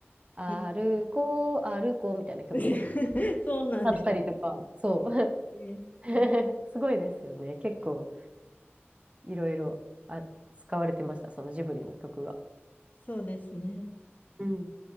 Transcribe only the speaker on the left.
え
<laughs> そうなんです
ね。
そうですね。